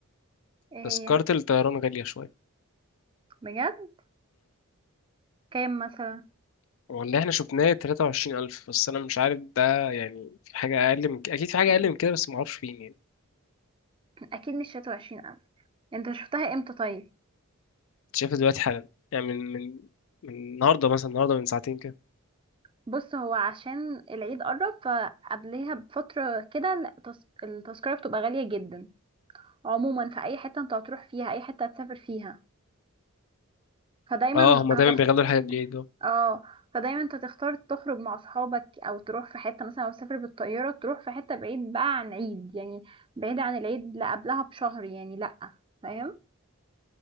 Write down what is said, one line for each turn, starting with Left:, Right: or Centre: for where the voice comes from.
Right: ايه هي
Left: تذكرة الطيران غالية شوية
Right: بجد كام مثلا
Left: والله احنا شفناه 23000 بس انا مش عارف ده يعني في حاجة اقل من كده اكيد في حاجة اقل من كده بس معرفش فين يعني
Right: اكيد مش 23 انت شفتها امتى طيب
Left: أنت شايفها دلوقتي حالا يعني من من من النهاردة مثلا النهاردة من ساعتين كده
Right: بص هو عشان العيد قرب فقبليها بفترة كده التس- التذكرة بتبقى غالية جدا عموما في اي حتة انت هتروح فيها اي حتة هتسافر فيها فدايما
Left: اه هما
Right: هتخت
Left: دايما بيغلوا الحاجات بالليل ده
Right: اه فدايما انت تختار تخرج مع اصحابك او تروح في حتة مثلا لو تسافر بالطيارة تروح في حتة بعيد بقى عن عيد يعني بعيد عن العيد لا قبلها بشهر يعني لا فاهم